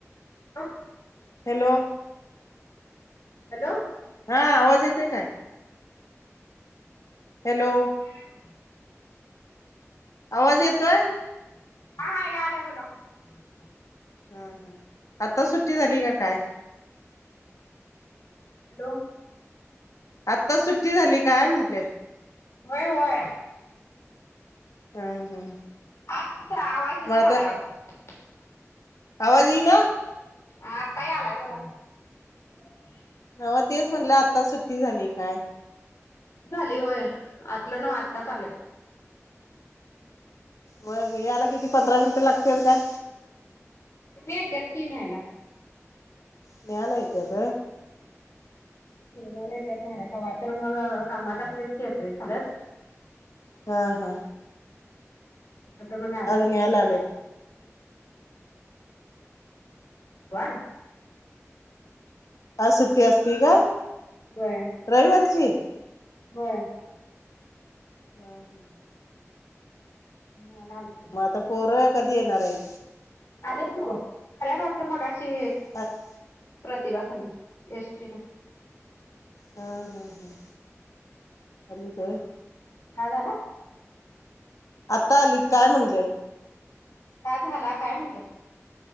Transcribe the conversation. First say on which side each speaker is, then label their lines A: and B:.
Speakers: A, on the left (about 65°); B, on the left (about 85°).
A: <unintelligible>
B: Hello.
A: Hello.
B: हा आवाज येतेय काय? हॅलो.
A: <inaudible>
B: आवाज येतोय?
A: हा हा यालायं बोला. <inaudible>
B: हा हा आता सुट्टी झाली का काय?
A: हॅलो.
B: आत्ता सुट्टी झाली काय म्हंटले.
A: होय होय.
B: हम् हम्
A: आज तुमचा आवाज येईना
B: मग आता
A: झालाय वाटतं.
B: आवाज येईना?
A: हा आत्ताही आलाय बोला. हम्म.
B: अ तेच म्हटलं आता सुट्टी झाली काय?
A: झाली होय आपलं पण आत्ताच झालं.
B: मग याला किती पंधरा मिनिटं लागतील काय?
A: हे येत्यात की न्यायला.
B: न्यायला येतात का..
A: सोडायला येत्यात कवा तर मग कामात असलेच की येतोय झालंत
B: हा हा.
A: नाहीतर मग
B: आज न्यायला आलेय.
A: वर
B: आज सुट्टी असती का?
A: व्हय.
B: रविवारची?
A: होय.
B: हा हा.
A: न्यायला आल ते.
B: मग आता पोरं कधी येणार हाईत?
A: आलेत नव्हं, आल्यात वाडतं मगाशी
B: आहेत
A: प्रतिभा संग, एष्टी नं.
B: हा हम्म हम्म अलितवय.
A: च्या झाला?
B: आत्ता आलीत काय म्हणलं?
A: च्या झाला झाला काय म्हंटलं.